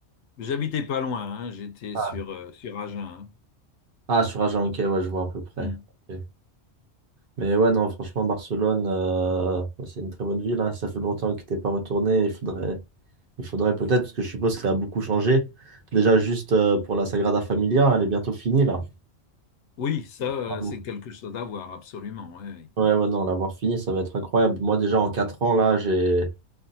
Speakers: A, on the left; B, on the right.
A: J'habitais pas loin, hein, j'étais
B: Ah,
A: sur, euh, sur Agen. hein.
B: Ah, sur Agen, ok, ouais, je vois à peu près.
A: Hmm.
B: Ok. Mais ouais, non, franchement, Barcelone, euh, ouais, c'est une très bonne ville. hein. Ça fait longtemps que t'es pas retourné. Il faudrait, il faudrait peut-être, parce que je suppose que ça a beaucoup changé. Déjà, juste euh, pour la Sagrada Familia, elle est bientôt finie, là.
A: Oui, ça, euh,
B: Ah bon.
A: c'est quelque chose à voir, absolument. ouais, ouais.
B: Ouais, ouais, non, l'avoir finie, ça va être incroyable. Moi, déjà, en 4 ans, là, j'ai